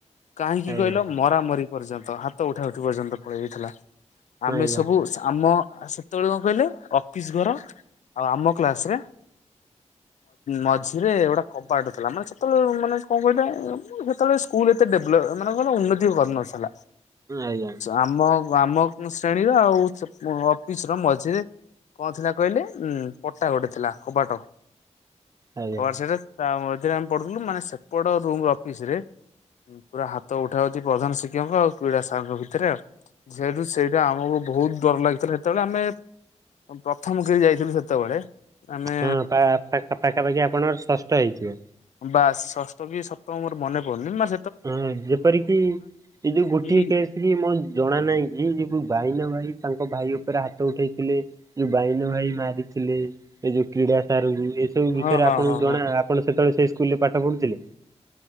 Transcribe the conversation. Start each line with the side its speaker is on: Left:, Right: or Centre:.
Left: କାହିଁକି
Right: ଆଜ୍ଞା
Left: କହିଲ ମରାମରି ପର୍ଯ୍ୟନ୍ତ, ହାତ ଉଠା ଉଠି ପର୍ଯ୍ୟନ୍ତ ପଳେଇ ଆଇଥିଲା। ଆମେ
Right: ଆଜ୍ଞା
Left: ସବୁ ଆମ ଆଉ ସେତେବେଳେ କଣ କହିଲେ ଅଫିସ ଘର ଆଉ ଆମ କ୍ଲାସ ରେ ମଝିରେ ଗୋଟା କବାଟ ଥିଲା, ମାନେ ସେତେବେଳେ ମାନେ କଣ କହିଲ ସେତେବେଳେ ସ୍କୁଲ ଏତେ ଡେଭଲପ ମାନେ କଣ କହିଲ ଉନ୍ନତି କରିନଥିଲା।
Right: ଆଜ୍ଞା
Left: ଆମ ଆମ ଶ୍ରେଣୀର ଆଉ ଅଫିସ ର ମଝିରେ କଣ ଥିଲା କହିଲେ ଉଁ ପଟା ଗୋଟେ ଥିଲା କବାଟ,
Right: ଆଜ୍ଞା।
Left: କବାଟ ସେଟା ତା ମଝିରେ ଆମେ ପଢୁଥିଲୁ, ମାନେ ସେପଟ ରୁ ଅଫିସ ରେ ପୁରା ହାତ ଉଠା ଉଠି ପ୍ରଧାନ ଶିକ୍ଷକ ଆଉ କ୍ରୀଡା ସାଙ୍ଗଙ୍କ ଭିତରେ ଆଉ ଯେହତୁ ସେଇଟା ଆମକୁ ବହୁତ ଡର ଲାଗିଥିଲା ସେତେବେଳେ ଆମେ ପ୍ରଥମ କି ଯାଇଥିଲୁ ସେତେବେଳେ ଆମେ
Right: ହଁ ପାଖାପାଖି ଆପଣଙ୍କର ଷଷ୍ଠ ହେଇଥିବ।
Left: ବାସ, ଷଷ୍ଠ କି ସପ୍ତମ ମୋର ମନେ ପଡୁନି, ମ
Right: ହୁଁ ଯେପରିକି ଏ ଯୋଉ ଗୋଟିଏ
Left: କି
Right: କେସ କି ମୋ ଜଣା ନାହିଁ କି ଯୋ ଭାଇ ନା ଭାଇ ତାଙ୍କ ଭାଇ ଉପରେ ହାତ ଉଠେଇଥିଲେ ଯୋଉ ବାଇନ ଭାଇ ମାରିଥିଲେ। ଏଇ ଯୋଉ କ୍ରୀଡ଼ା ସାର ଏ ସବୁ ବିଷୟରେ
Left: ହଁ ହଁ
Right: ଆପଣଙ୍କୁ
Left: ହଁ
Right: ଜଣା,
Left: ହଁ
Right: ଆପଣ ସେତେବେଳେ ସେଇ ସ୍କୁଲରେ ପାଠ ପଢୁଥିଲେ।